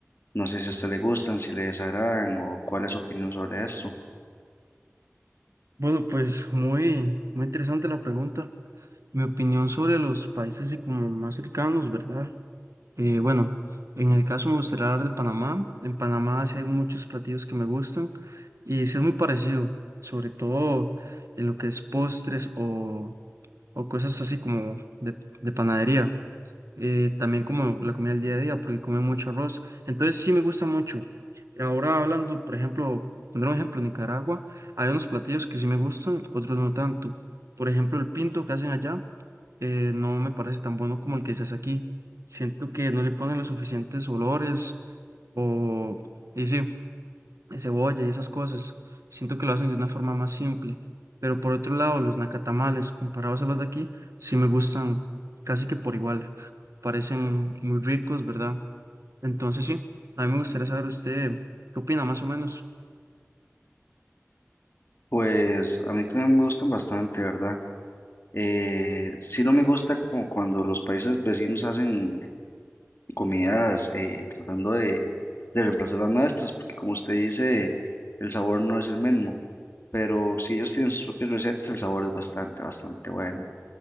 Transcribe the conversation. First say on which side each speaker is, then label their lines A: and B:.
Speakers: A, on the left; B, on the right.
A: No sé si a usted le gustan, si le desagradan o cuál es su opinión sobre esto.
B: Bueno, pues muy, muy interesante la pregunta. Mi opinión sobre los países así como más cercanos, ¿verdad? Eh, bueno, en el caso me gustaría hablar de Panamá. En Panamá sí hay muchos platillos que me gustan y sí es muy parecido, sobre todo en lo que es postres o, o cosas así como de, de panadería eh, también como la comida del día a día, porque come mucho arroz. Entonces sí me gusta mucho. Ahora hablando, por ejemplo, pondré un ejemplo, en Nicaragua, hay unos platillos que sí me gustan, otros no tanto. Por ejemplo, el pinto que hacen allá eh, no me parece tan bueno como el que se hace aquí. Siento que no le ponen los suficientes olores o... Y sí cebolla y esas cosas. Siento que lo hacen de una forma más simple. Pero por otro lado, los nacatamales, comparados a los de aquí, sí me gustan casi que por igual. Parecen muy ricos, ¿verdad? Entonces sí, a mí me gustaría saber usted qué opina más o menos.
A: Pues a mí también me gustan bastante, ¿verdad? Eh, sí no me gusta como cuando los países vecinos hacen comidas eh, tratando de, de reemplazar las nuestras, porque como usted dice, el sabor no es el mismo, pero si ellos tienen sus propias recetas, el sabor es bastante, bastante bueno.